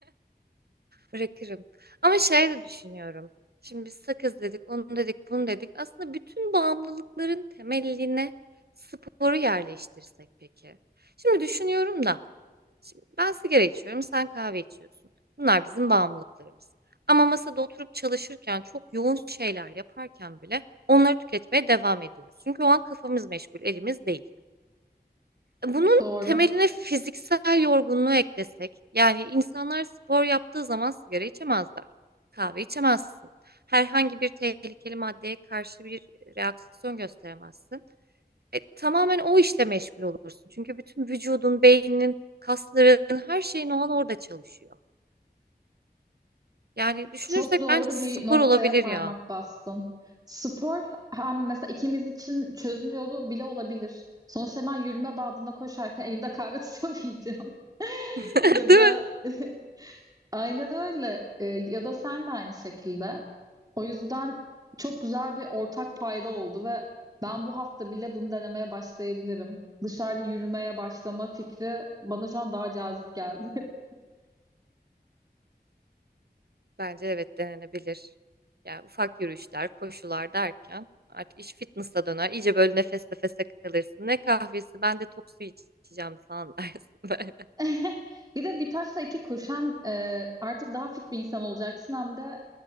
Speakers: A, on the right (about 70°); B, on the right (about 20°).
A: Bırakırım. Ama şey de düşünüyorum. Şimdi biz sakız dedik, onu dedik, bunu dedik. Aslında bütün bağımlılıkların temeline sporu yerleştirsek peki. Şimdi düşünüyorum da. Şimdi ben sigara içiyorum, sen kahve içiyorsun. Bunlar bizim bağımlılıklarımız. Ama masada oturup çalışırken, çok yoğun şeyler yaparken bile onları tüketmeye devam ediyoruz. Çünkü o an kafamız meşgul, elimiz değil. E, Bunun
B: <laughs> Doğru.
A: temeline fiziksel yorgunluğu eklesek, yani insanlar spor yaptığı zaman sigara içemezler. Kahve içemezsin. Herhangi bir tehlikeli maddeye karşı bir reaksiyon gösteremezsin. E, tamamen o işle meşgul olursun. Çünkü bütün vücudun, beyninin, kasların, her şeyin o an orada çalışıyor. Yani düşünürsek
B: Çok doğru
A: bence spor
B: bir noktaya
A: olabilir
B: parmak
A: ya.
B: bastın. Spor hem mesela ikimiz için çözüm yolu bile olabilir. Sonuçta ben yürüme bandında koşarken elimde kahve <laughs> tutamayacağım. <laughs>
A: <laughs>
B: Ya
A: Değil
B: da
A: mi?
B: <laughs> aynen öyle. Ee, ya da sen de aynı şekilde. O yüzden çok güzel bir ortak payda oldu ve ben bu hafta bile bunu denemeye başlayabilirim. Dışarıda yürümeye başlama fikri bana şu an daha cazip geldi. <laughs>
A: Bence evet denenebilir. Yani ufak yürüyüşler, koşular derken artık iş fitness'a döner. İyice böyle nefes nefese kalırsın. Ne kahvesi ben de tok su iç- içeceğim falan dersin <laughs> böyle.
B: <laughs> Bir de bir taşla iki kuş hem e, artık daha fit bir insan olacaksın hem de